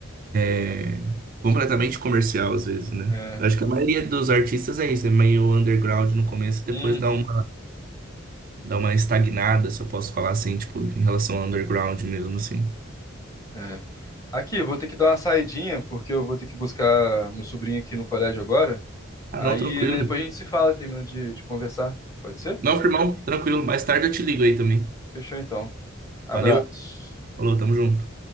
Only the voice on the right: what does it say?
é, completamente comercial, às vezes, né?
Acho que a maioria dos artistas é isso, é meio underground no começo, depois
dá um dar uma estagnada, se eu posso falar assim, tipo, em relação ao underground mesmo, assim.
Ah,
não, tranquilo.
Não, firmão, tranquilo. Mais tarde eu te ligo aí também.
Valeu, falou, tamo junto.